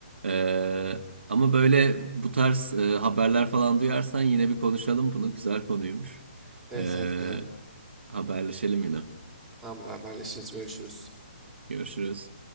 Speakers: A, on the right; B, in the centre.
A: E, ama böyle bu tarz e, haberler falan duyarsan yine bir konuşalım bunu. Güzel konuymuş.
B: Evet
A: E,
B: evet güzel.
A: haberleşelim yine.
B: Tamamdır haberleşiriz görüşürüz.
A: Görüşürüz.